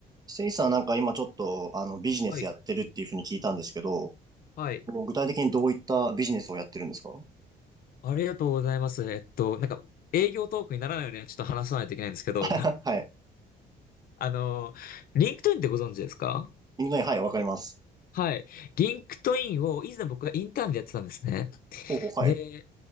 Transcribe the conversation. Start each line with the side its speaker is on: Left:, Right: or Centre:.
Right: せいさんなんか今ちょっとあのビジネスやってるっていうふうに聞いたんですけど、
Left: はい。はい。
Right: もう具体的にどういったビジネスをやってるんですか
Left: ありがとうございます。えっと、なんか、営業トークにならないようにはちょっと話さないといけないんですけど、
Right: <laughs>
Left: <laughs>
Right: はい。
Left: あの、リンクトインってご存知ですか
Right: インドネはい、わかります。
Left: はい。リンクトインを以前僕がインターンでやってたんですね。
Right: ほうほう、はい。
Left: で、